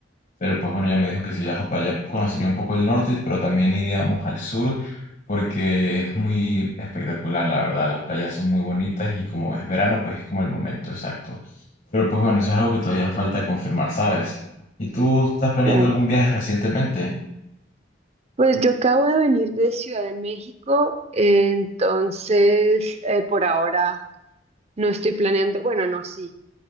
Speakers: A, on the left; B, on the right.
A: pero pues bueno, ya me dijo que si viajo para allá conocería un poco el norte, pero también iríamos al sur porque es muy espectacular, la verdad. Las playas son muy bonitas y como es verano, pues es como el momento exacto. Pero pues bueno, eso es algo que todavía falta confirmar, ¿sabes? ¿Y tú estás planeando
B: Claro.
A: algún viaje recientemente?
B: Pues yo acabo de venir de Ciudad de México, entonces eh, por ahora no estoy planeando, bueno, no, sí,